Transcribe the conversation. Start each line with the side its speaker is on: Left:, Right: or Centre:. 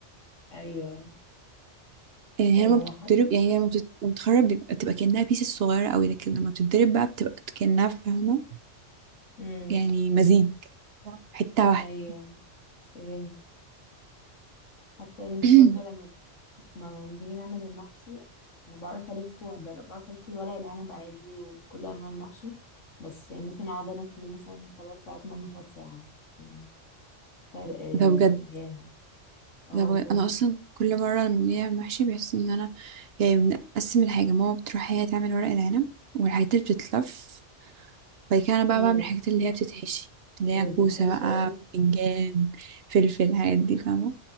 Left: ايوه
Right: يعني
Left: آه
Right: هي لما بتتضرب
Left: حتى
Right: يعني هي لما بتت- لما بتتخرط بيبقى بتبقى كأنها بيس صغيرة قوي لكن لما بتتضرب بقى بتبقى كأنها فاهمة
Left: امم
Right: يعني مزيج حتة واحدة
Left: ايوه فهمت حتى يا بنتي
Right: <clears throat>
Left: برضو لما بت- ما بنيجي نعمل المحشي انا بعرف الف وبر- بعرف الف الورق العنب عادي وكل انواع المحشي بس ممكن اقعد انا فيه مثلا ثلاث ساعات ماما تقعد ساعه يعني فرق آه،
Right: ده بجد
Left: جامد اه
Right: ده بجد
Left: بجد
Right: انا اصلا كل مره لما بنعمل محشي بحس ان انا يعني بنقسم الحاجه ماما بتروح هي تعمل ورق العنب والحاجات اللي بتتلف بعد كده انا بقى
Left: امم
Right: بعمل الحاجات اللي هي بتتحشي اللي هي
Left: اللي
Right: كوسه
Left: بتتحشي
Right: بقى بتنجان فلفل الحاجات دي فاهمه